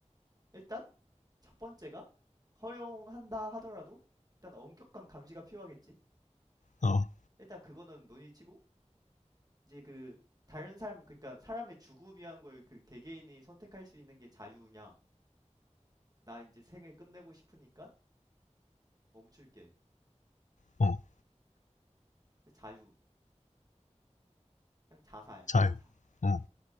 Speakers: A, on the right (about 30°); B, on the left (about 80°).
A: 일단 첫 번째가 허용한다 하더라도 일단 엄격한 감시가 필요하겠지.
B: 어, 어,
A: 일단 그거는 논의치고 이제 그 다른 사람 그러니까 사람의 죽음이란 걸 그 개개인이 선택할 수 있는 게 자유냐? 나 이제 생을 끝내고 싶으니까 멈출게.
B: 어,
A: 자유. 그냥 자살.
B: 잘,
A: 자.
B: 어,